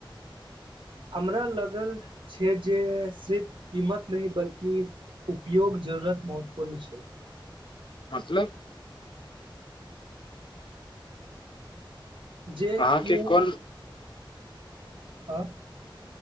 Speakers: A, on the right (about 80°); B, on the left (about 65°).
A: हमरा लगल छै जे सिर्फ कीमत नहि बल्कि उपयोग जरूरत महत्वपूर्ण छै
B: मतलब
A: जे
B: अहाँके
A: किओ
B: कोन
A: आँ